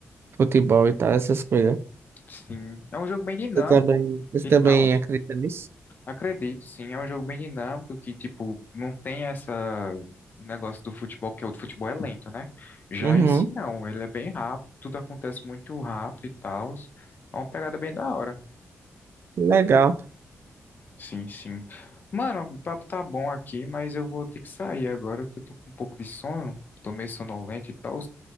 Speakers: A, on the right; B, on the left.
A: futebol e tal, essas coisas.
B: sim, é um jogo bem dinâmico
A: Você também, você
B: e
A: também
B: tal.
A: acredita nisso?
B: Acredito, sim, é um jogo bem dinâmico que, tipo, não tem essa o negócio do futebol, que é o futebol é lento, né? Já
A: Uhum,
B: esse não, ele é bem rápido, tudo acontece muito rápido e tal. É uma pegada bem da hora.
A: legal.
B: Sim, sim. Mano, o papo tá bom aqui, mas eu vou ter que sair agora, porque eu tô com um pouco de sono, tô meio sonolento e tal.